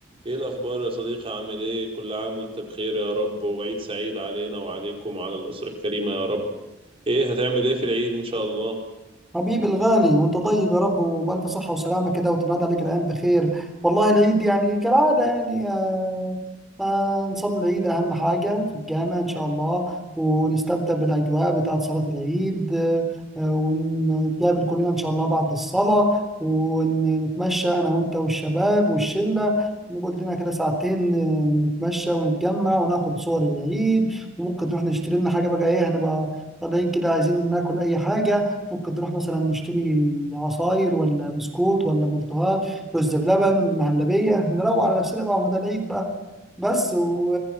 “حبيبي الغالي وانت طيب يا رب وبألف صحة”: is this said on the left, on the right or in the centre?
Centre